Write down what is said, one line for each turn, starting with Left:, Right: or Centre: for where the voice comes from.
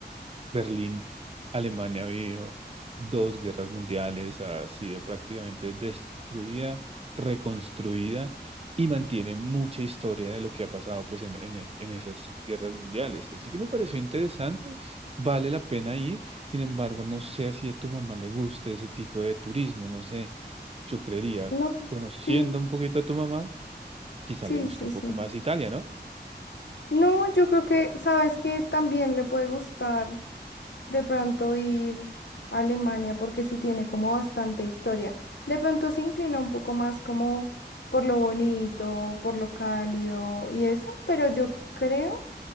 Right: Berlín, Alemania ha habido dos guerras mundiales, ha sido prácticamente destruida, reconstruida y mantiene mucha historia de lo que ha pasado pues en, en, en esas guerras mundiales. Así que me pareció interesante, vale la pena ir, sin embargo, no sé si a tu mamá le guste ese tipo de turismo, no sé, yo creería,
Left: No,
Right: conociendo
Left: sí,
Right: un poquito a tu mamá, quizá
Left: sí,
Right: le guste
Left: sí,
Right: un
Left: sí.
Right: poco más Italia, ¿no?
Left: No, yo creo que, sabes que también le puede gustar de pronto ir a Alemania porque sí tiene como bastante historia. De pronto se inclina un poco más como por lo bonito, por lo cálido y eso, pero yo creo